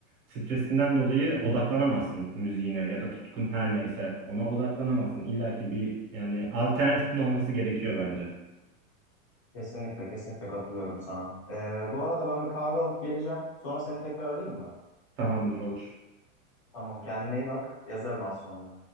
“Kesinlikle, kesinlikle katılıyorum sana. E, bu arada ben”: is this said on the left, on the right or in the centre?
Left